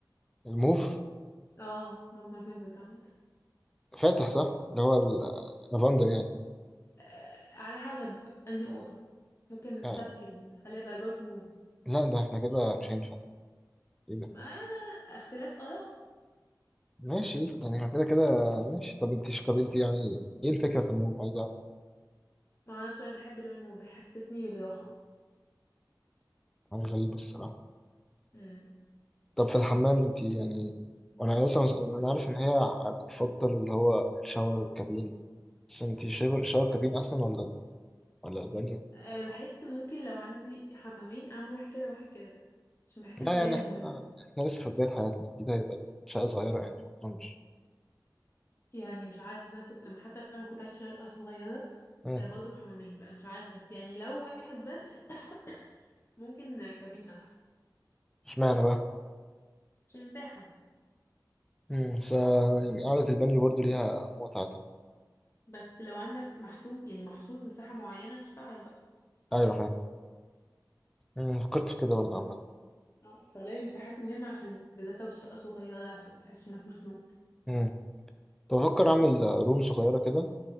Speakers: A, in the centre; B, on the left.
A: الموف
B: اه موف ماي فيفورت عامة
A: فاتح صح اللي هو اللافندر يعني
B: آه، على حسب انهي اوضه ممكن
A: آه.
B: نشكل نخليها درجات موف
A: لا ده إحنا كده مش هينفع إيه ده
B: ما اختلاف اراء
A: ماشي يعني إحنا كده كده ماشي طب أنت طب أنت يعني إيه الفكرة في الموف عايز أعرف.
B: ما اعرفش انا بحب اللون الموف بيحسسني بالراحه
A: أنا غريب الصراحة
B: امم
A: طب في الحمام انت يعني وانا لسه مس... يعني انا عارف ان هي بتفضل اللي هو الشاور والكابين بس انت شاور شاور كابين احسن ولا ولا البانيو
B: أه بحس ممكن لو عندي حمامين اعمل واحد كده وواحد كده عشان بحس
A: لا
B: البانيو
A: يعني احنا
B: مهمه
A: احنا لسه في بداية حياتنا اكيد هيبقى الشقة صغيرة يعني ما اظنش
B: يعني مش عارفه اصلا كنت لما حتى لما كنت عايشه صغيره
A: اه،
B: كان برضه بحمامين بقى انا مش عارفه بس يعني لو واحد بس <coughs> ممكن كابين احسن
A: اشمعنى بقى
B: عشان المساحه
A: امم س... يعني قعدة البانيو برضو ليها متعة كده
B: بس لو عندك محسوم يعني محصور في مساحه معينه مش هتعرف بقى
A: ايوه فاهم امم، فكرت في كده برضه عامة
B: اه استغلال المساحات مهم عشان بالذات لو الشقة صغيرة عشان ما تحسش انك مخنوق
A: امم. كنت بفكر اعمل روم صغيرة كده